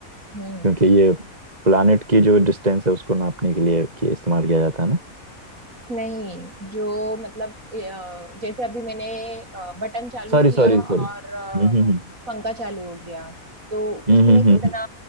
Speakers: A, on the right (about 70°); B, on the right (about 30°).
A: हम्म
B: क्योंकि ये प्लानिट की जो डिस्टेंस है उसको नापने के लिए कि इस्तेमाल किया जाता है ना
A: नहीं जो मतलब अ, जैसे अभी मैंने बटन चालू
B: Sorry
A: किया
B: sorry sorry
A: और अ,
B: हम्म हम्म
A: पंखा चालू हो गया तो
B: हम्म
A: उसमें
B: हम्म
A: कितना
B: हम्म, हम्म, हम्म।